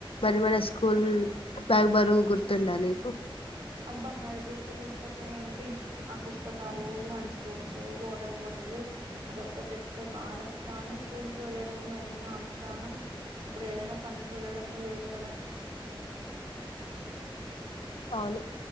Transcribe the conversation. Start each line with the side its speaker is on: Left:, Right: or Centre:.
Left: మరి మన స్కూల్ బ్యాగ్ బరువు గుర్తుందా నీకు
Right: ఆబ్బా అది గుర్తు లేకపోతే ఏంటి ఆ పుస్తకాలు lunch box water water bottle అదొక పెద్ద భారం కానీ స్కూల్ కి వెళ్ళడంలో ఉన్న ఉత్సాహం ఇప్పుడు ఏదైనా పనికి వెళ్లడంలో లేదు కదా
Left: అవును